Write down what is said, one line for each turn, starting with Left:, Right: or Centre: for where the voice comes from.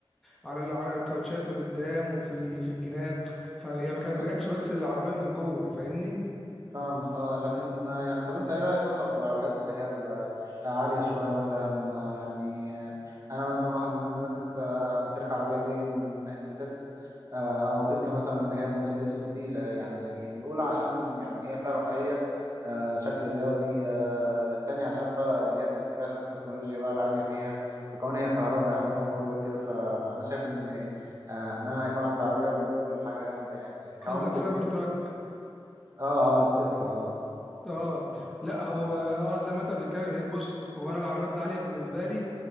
Centre: على ال- على الكاوتشات من قدام وفي ال- في الجناب فهي ما كانت-
Right: اه
Centre: ما جاتش بس العربيه من جوه فاهمني
Right: فاهمك اه لكن آه، يعني طب انت ايه رأيك مثلا في العربيات اللي هي العالية شوية مثلا آه، يعني آه، انا مثلا واحد من الناس نفسي امتلك عربية بي ام اكس 6 آه، او تسلا مثلا اللي هي الموديل اس دي لا، يعني الاولى عشان يعني هي فيها رفاهية آه، شكل رياضي آه، التانية عشان بقى اللي هي التسلا دي عشان التكنولوجيا بقى العالية فيها وكمان هي كهرباء <laughs> يعني زي ما بقول لك كده فانا شايف ان آه، ان انا يكون عندي عربية من دول حاجة جامدة يعني كمان
Centre: قصدك
Right: بت
Centre: سايبر تراك
Right: بت اه اه تسلا اه
Centre: اه لا هو
Right: آه.
Centre: اه زي ما انت بتتكلم هي- بص هو انا العربيات العاليه بالنسبه لي